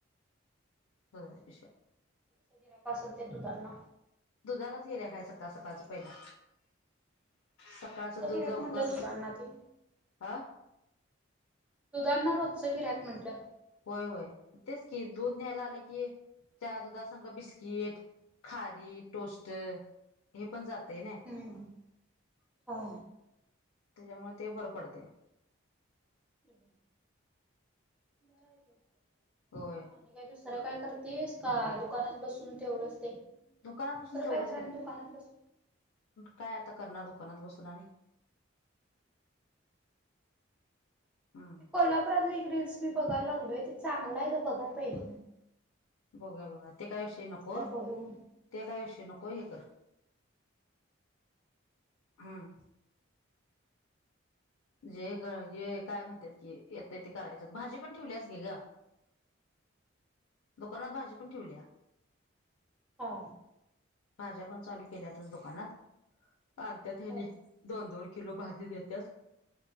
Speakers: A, on the left; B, in the centre.
A: दुधाच्या पिशव्या
B: गिराइक असणं ते दुधांना
A: दुधालाच गिरायक हाय सकाळ सकाळ च पहिला सकाळचं
B: रोजचं
A: दूध
B: गिरायक
A: लवकर
B: म्हटलं दुधांना ते
A: आं
B: दूधांना रोजचं गिऱ्यायक म्हटलं
A: होय होय म तेच की दूध न्यायला आले की त्या दुधा संग बिस्किट खारी टोस्ट हे पण जातयं ना.
B: हम्म हा
A: त्याज्यामुळं ते बरं पडतयं.
B: <unintelligible> बरं हाय काय?
A: होय.
B: आणि काय दुसरं काय करतीस का दुकानात बसून तेवढंच ते
A: दुकानात बसून
B: तर
A: तेवढंच
B: काय तरी आण
A: की
B: दुकानात बसून
A: काय आता करणार दुकानात बसून आणि हम्म
B: ते कोल्हापुरातली एक रील्स - मी बघायला लागलोय ते चांगलं हाय का बघा पहिल.
A: बघुया बघुया ते काय विषय नको
B: बसल्या बघून
A: ते काय विषय नको हे कर हम्म जे ग हे काय म्हणतेत
B: हा
A: की येतय ते करायच भाजी पण ठेवल्यास की गं दुकानात भाजी पण ठेवल्या.
B: हो.
A: भाज्या पण चालू केल्यातच दुकानात आणत्यात ह्यांनी
B: हा
A: दोन दोन किलो भाजी देत्यात.